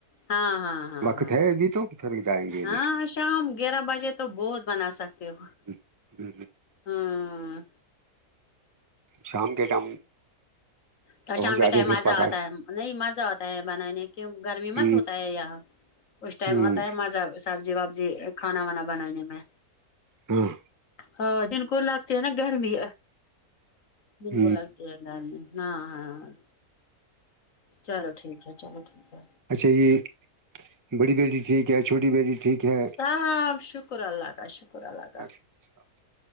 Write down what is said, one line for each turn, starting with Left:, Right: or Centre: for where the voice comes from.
Left: ہاں ہاں ہاں
Right: وقت
Left: ہاں
Right: ہے ابھی تو پھر جائیں گے ابھی
Left: ہاں شام گیارہ بجے تو بہت بنا سکتے ہو
Right: ہ ہ
Left: ہوں
Right: شام کے ٹائم
Left: تو
Right: ہو
Left: شام
Right: جاتے
Left: کے ٹائم
Right: پھر
Left: مزہ
Right: پکا
Left: آتا ہے نہیں مزہ آتا ہے بنانے کی گرمی
Right: ہ
Left: مت ہوتا ہے یہاں اس ٹائم
Right: ہ
Left: آتا ہے مزہ سبزی وبزی کھانا وانا بنانے میں
Right: ہاں
Left: ہاں جن کو لگتے ہیں نا گرمی جن
Right: ہ
Left: کو لگتے ہیں گرمی ہاںاں چلو ٹھیک ہے چلو ٹھیک ہے
Right: اچھا یہ بڑی بیٹی ٹھیک ہے چھوٹی بیٹی ٹھیک ہے
Left: ہاں ہ شکر اللہ کا شکر اللہ
Right: ہوتا
Left: کا